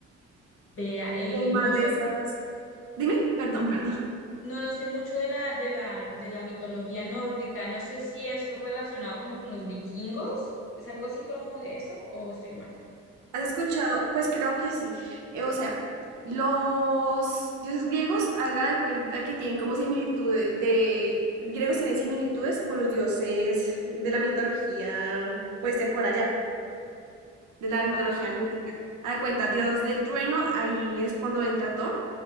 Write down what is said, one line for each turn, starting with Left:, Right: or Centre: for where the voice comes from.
Left: vea, eh,
Right: como más
Left: no
Right: de
Left: sé
Right: esas. Dime, perdón, perdón.
Left: No, no sé mucho de la, de la, de la mitología nórdica. No sé si es relacionado como con los vikingos. ¿Es algo así como de eso? ¿O estoy mal?
Right: ¿Has escuchado? Pues creo que sí. Eh, o sea, los dioses griegos, haga de cuenta que tienen como similitudes, de griegos tienen similitudes con los dioses de la mitología, pues de por allá. de la mitología
Left: Ah,
Right: nórdica. Haz de cuenta, Dios del trueno, ahí es cuando entra Thor,